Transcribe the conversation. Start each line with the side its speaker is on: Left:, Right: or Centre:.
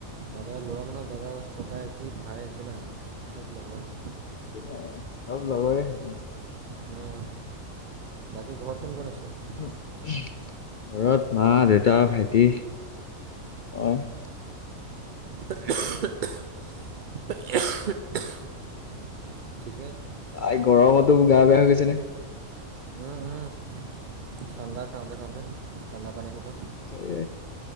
Right: দাদা ল'ৰা মানুহক দাদা ককাই কি ভাই একো নাই আৱ চব লগৰ আৱ।
Left: একো নাই চব লগৰে নিচিনা।
Right: অহ। বাকী ঘৰত কোন কোন আছে?
Left: হো উমহ, ঘৰত মা, দেউতা, ভাইটি, মই।
Right: হো উমহ উমহ, হো উমহ উমহ, ঠিকে।
Left: আই গৰমটো গা বেয়া হৈ গৈছে নে?
Right: উম উম ঠাণ্ডা খাওঁতে খাওঁতে ঠাণ্ডা পানী সোপা।
Left: তাকে,